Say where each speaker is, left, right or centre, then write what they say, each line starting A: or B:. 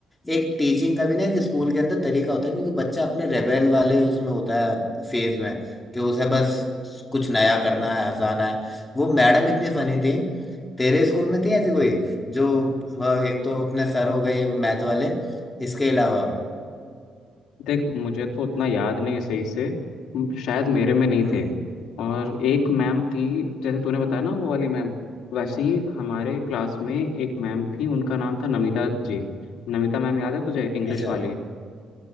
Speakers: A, on the left (about 20°); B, on the left (about 80°).
A: एक टीचिंग का भी ना एक स्कूल के अंदर तरीका होता है क्योंकि बच्चा अपने रेबेल वाले उसमें होता है फेज में कि उसे बस कुछ नया करना है हंसाना है वो मैडम इतनी फनी थी तेरे स्कूल में थी ऐसी कोई जो वह एक तो अपने सर हो गए मैथ वाले इसके अलावा
B: देख मुझे तो उतना याद नहीं है सही से म- शायद मेरे में नहीं
A: हम्म
B: थे और एक मैम थी जैसे तूने बताया ना वो वाली मैम वैसे ही हमारे क्लास में एक मैम थी उनका नाम था नमिता जी नमिता मैम याद है तुझे इंग्लिश
A: अच्छा
B: वाली